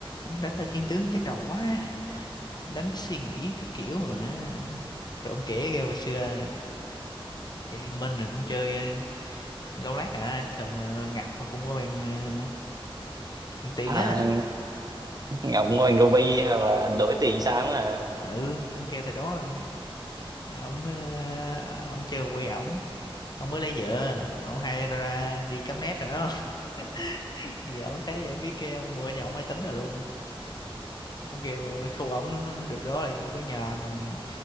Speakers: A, on the left (about 45°); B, on the right (about 40°).
A: đánh tới chiến tướng nhức đầu quá đánh với suy nghĩ các kiểu rồi nữa rồi ông kể kêu hồi xưa chơi liên minh rồi cũng chơi ờ, lâu lát à thời mà Ngọc mà cũng có bàn ờ, bàn tiền
B: à,
A: á
B: Ngọc Ngoan Ruby là đổi tiền sáng mà
A: ừ ông kêu thời đó Ông ông chưa quê ổng ông mới lấy vợ ông hay ra, ra đi cắm nét rồi đó <laughs> giờ ông thấy vậy biết kêu ông mua nhà ông máy tính rồi luôn ông kêu ờ, khu ổng nó nó được đó là gì có nhà mình